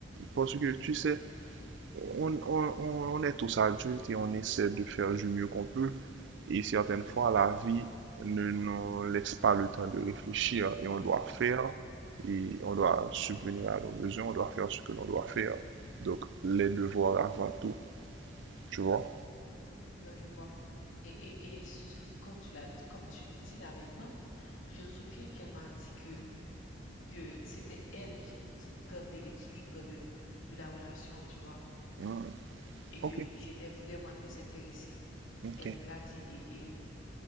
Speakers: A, on the right; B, on the left.
A: Parce que tu sais, on, on- on- est tous adultes et on essaie de faire du mieux qu'on peut. Et certaines fois, la vie ne nous laisse pas le temps de réfléchir et on doit
B: Mhm.
A: faire et on doit subvenir à nos besoins, on doit faire ce que l'on doit faire. Donc, les devoirs avant tout, tu vois.
B: Ouais, je vois. Et, et, et <laughs> comme tu l'as, comme tu le dis là maintenant, je me souviens qu'elle m'a dit que, que c'était elle qui, qui gardait l'équilibre de, de la relation, tu vois,
A: Hmm,
B: et que
A: Ok,
B: j'étais vraiment désintéressée.
A: ok.
B: Elle me l'a dit et, et